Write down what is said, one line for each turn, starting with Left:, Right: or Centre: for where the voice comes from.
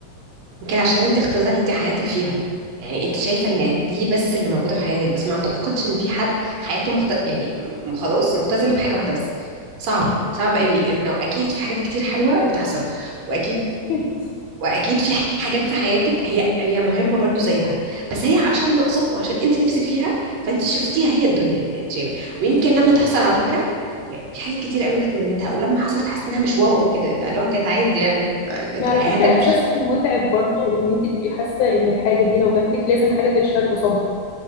Right: يمكن عشان انت اختزلتي حياتك فيها يعني انت شايفه ان دي بس اللي موجوده في حياتك بس ما اعتقدش ان في حد حياته مخت... يعني م- خلاص مختزله في حاجه واحده بس صعب صعب قوي انه اكيد في حاجات كتير حلوه بتحصل واكيد
Left: اكيد
Right: واكيد في حاجات في حياتك هي هي مهمه برضو زيها بس هي عشان ناقصه وعشان انت نفسك فيها فانت شفتيها هي الدنيا انت شايفه ويمكن لما تحصل على فكره يعني في حاجات كتير قوي انا اتمنيتها ولما حصلت حاسس انها مش واو قوي كده يعني اللي هو كانت عادي يعني ما- كانت
Left: ما
Right: الحياه
Left: على فكره
Right: هتمشي
Left: احساس متعب برضو ان انت تبقي حاسه ان الحاجه دي لو جات لك لازم حاجه تتشال قصادها